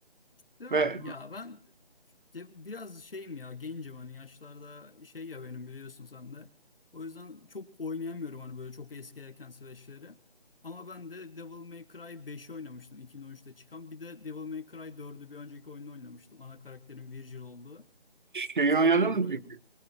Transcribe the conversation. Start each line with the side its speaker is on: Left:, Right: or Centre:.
Left: Değil mi?
Right: Ve
Left: Ya ben Ya Biraz şeyim ya gencim hani yaşlarda şey ya benim biliyorsun sen de. O yüzden çok oynayamıyorum hani böyle çok eski erken süreçleri. Ama ben de Devil May Cry 5'i oynamıştım 2013'te çıkan. Bir de Devil May Cry dördü bir önceki oyunda oynamıştım. Ana karakterin Virgil olduğu.
Right: şeyi
Left: Sadece
Right: oynadım
Left: onları
Right: mı
Left: oynadım.
Right: peki?